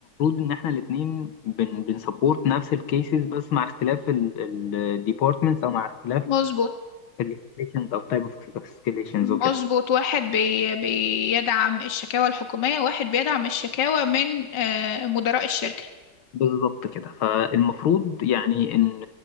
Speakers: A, on the left (about 80°); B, on the left (about 55°).
A: إن إحنا الاتنين بن بنسبورت نفس الكيسز بس مع اختلاف الديبارتمنتس أو مع اختلاف
B: مظبوط
A: الاسكيليشنز أو تايب أوف اسكيليشنز وكده
B: مظبوط واحد بي... بيدعم الشكاوى الحكومية واحد بيدعم الشكاوى من آه، مدراء الشركة
A: بالظبط كده فالمفروض يعني ان